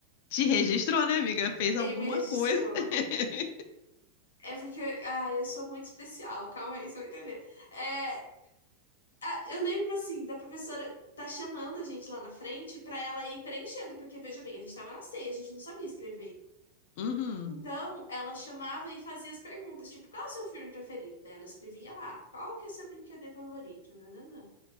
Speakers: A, on the left; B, on the left.
A: Te registrou, né, amiga? Fez
B: Ele
A: alguma
B: me registrou.
A: coisa. <laughs>
B: É porque, ah, eu sou muito especial. Calma aí, você vai entender. É, ah, eu lembro assim, da professora tá chamando a gente lá na frente pra ela ir preenchendo, porque veja bem, a gente tava na ceia, a gente não sabia escrever.
A: Uhum.
B: Então, ela chamava e fazia as perguntas, tipo, qual é o seu filme preferido? Daí Ela escrevia lá, qual que é o seu brinquedo favorito? Nananã.